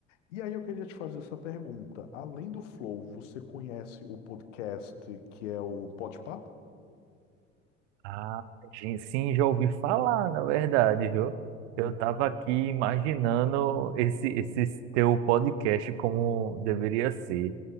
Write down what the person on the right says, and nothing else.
Ah, gen- sim, já ouvi falar, na verdade, viu?
Eu estava aqui imaginando esse, esse teu podcast como deveria ser.